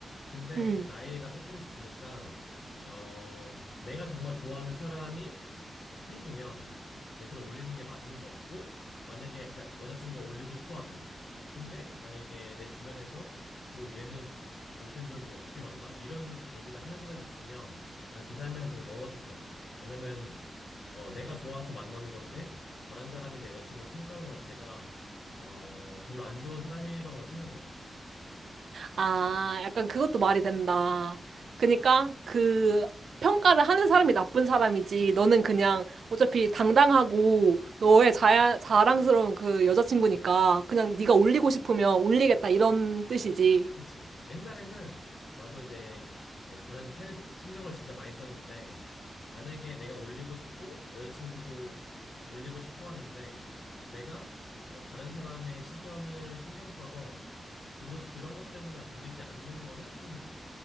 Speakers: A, on the left; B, on the right.
A: 근데
B: 음.
A: 이제 나이가 조금씩 드니까, 어, 내가 정말 좋아하는 사람이 생기면 이제 글을 올리는 게 맞는 것 같고, 만약에, 그러니까 여자친구가 올리고 싶어 하면. 근데 만약에 내 주변에서 뭐 얘는 못생겼는데 얘 어떻게 만나? 이런 얘기를 하는 사람이 있으면 난 그 사람이랑 되게 멀어질 것 같아. 왜냐면 어, 내가 좋아서 만나는 건데 다른 사람이 내 여자친구를 평가하는 것 자체가 어, 별로 안 좋은 사람이라고 난 생각을 해.
B: 아, 약간 그것도 말이 된다. 그니까 그 평가를 하는 사람이 나쁜 사람이지. 너는 그냥 어차피 당당하고 너의 자, 자랑스러운 그 여자친구니까 그냥 네가 올리고 싶으면 올리겠다 이런 뜻이지.
A: 그치? 옛날에는 나도 이제 뭐 다른 타인의 생- 신경을 진짜 많이 썼는데 만약에 내가 올리고 싶고 여자친구도 올리고 싶어 하는데 내가 뭐 다른 사람의 시선을 신경 써서 그 그런 것 때문에 올리지 않는 거는 좀